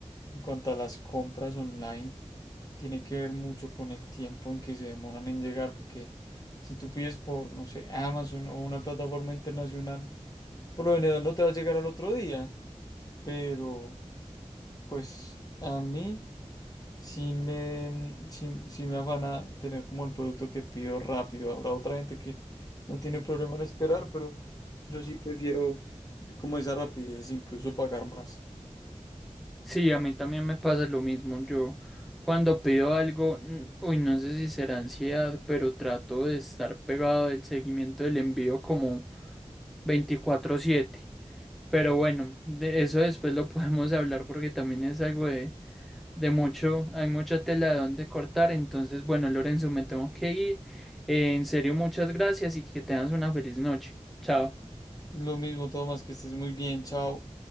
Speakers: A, on the left; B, in the centre.
A: en cuanto a las compras online tiene que ver mucho con el tiempo en que se demoran en llegar porque si tú pides por, no sé, Amazon o una plataforma internacional, por lo general no te va a llegar al otro día, pero pues a mí sí me, mm, sí, sí me afana tener como el producto que pido rápido. Habrá otra gente que no tiene problema en esperar, pero yo sí prefiero como esa rapidez, incluso pagar más.
B: sí, a mí también me pasa lo mismo. Yo cuando pido algo, mm, uy, no sé si será ansiedad, pero trato de estar pegado del seguimiento del envío como veinticuatro siete Pero bueno, de eso después lo <laughs> podemos hablar porque también es algo de, de mucho, hay mucha tela de donde cortar. Entonces, bueno, Lorenzo, me tengo que ir. Eh, en serio, muchas gracias y que tengas una feliz noche. Chao.
A: Lo mismo, Tomás, que estés muy bien, chao.